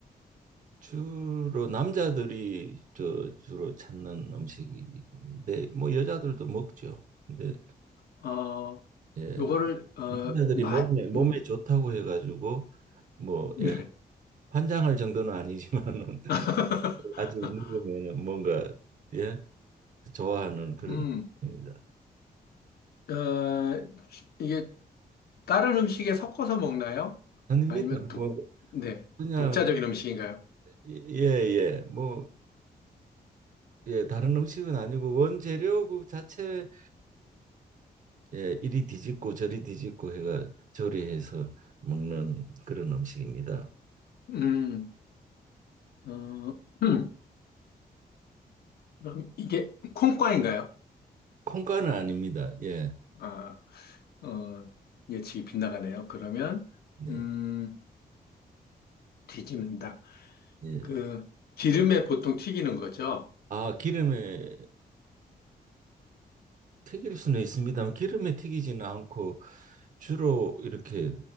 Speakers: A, on the right; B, on the left.
A: 주로 남자들이 저 주로 찾는 음식인데 뭐 여자들도 먹죠. 근데
B: 어,
A: 예,
B: 요거를, 어,
A: 남자들이
B: 맛,
A: 몸에 몸에
B: 음,
A: 좋다고 해가지고 뭐
B: 네.
A: 예, 환장할 정도는 아니지만은 <laughs>
B: <laughs>
A: 아직 먹으면은 뭔가 예 좋아하는 그런
B: 음,
A: 음식입니다.
B: 어, 이게 다른 음식에 섞어서 먹나요?
A: 아닙니다.
B: 아니면 독,
A: 뭐
B: 네.
A: 그냥
B: 독자적인 음식인가요?
A: 예예 뭐 예 다른 음식은 아니고 원재료 그 자체를 예, 이리 뒤집고 저리 뒤집고 해가 조리해서 먹는 그런 음식입니다.
B: 음, 어, <clears throat> 그럼 이게 콩과인가요?
A: 콩가는 아닙니다. 예,
B: 아, 어, 예측이 빗나가네요. 그러면,
A: 네,
B: 음, 뒤집는다.
A: 예.
B: 그, 기름에 보통 튀기는 거죠?
A: 아, 기름에 튀길 수는 있습니다만 기름에 튀기지는 않고 주로 이렇게